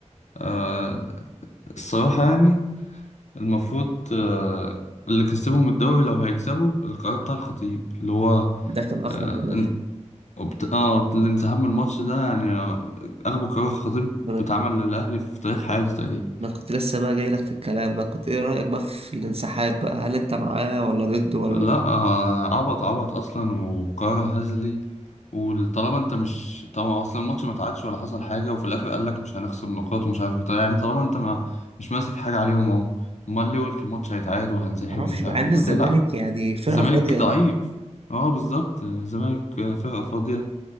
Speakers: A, on the left (about 75°); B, on the right (about 55°).
A: آه، الصراحة يعني المفروض آه، اللي كسبهم الدوري لو هيكسبوا القرار بتاع الخطيب اللي هو
B: ده كان اخبط
A: اه
B: قرار
A: ان- وبت- آه، الانسحاب من الماتش ده يعني آه، اغبى قرار خطيب
B: ما انا
A: اتعمل للاهلي في تاريخ حياته تقريبا
B: ما أنا كنت لسه بقى جاي لك في الكلام بقى كنت ايه رايك بقى في الانسحاب بقى هل انت معاه ولا ضده ولا
A: لا آه، عبط عبط اصلا وقرار هزلي وطالما انت مش طبعا اصلا الماتش ما اتعادش ولا حصل حاجه وفي الاخر قال لك مش هنخصم نقاط ومش عارف ايه طيب يعني طالما انت ما مش ماسك حاجه عليهم اهو امال ليه قلت الماتش هيتعاد وهنسحب
B: ما اعرفش
A: ومش
B: مع
A: عارف
B: ان
A: ايه
B: الزمالك
A: ما تلعب
B: يعني فرقه
A: الزمالك
B: فاضيه
A: ضعيف اه بالظبط الزمالك فرقه فاضيه